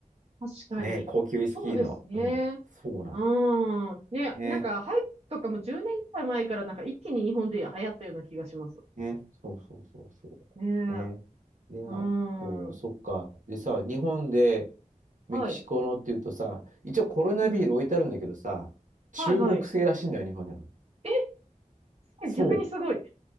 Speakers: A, on the right; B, on the right.
A: 確かに。
B: ね、高級ウイスキーの、
A: そうですね。
B: うん、そうなんで
A: うん。ね、
B: すね。
A: なんか、ハイプとかも10年くらい前からなんか一気に日本で流行ったような気がします。
B: ね。そうそうそうそ
A: ねえ。
B: う。ね。で、
A: うん。
B: あと、そっか。でさ、日本で
A: はい。
B: メキシコのっていうとさ、一応コロナビール置いてあるんだけどさ、
A: うん。
B: 中国製らしいんだよ、
A: はいはい。
B: 日本にあるの。
A: え、すごい逆にすごい。
B: そう。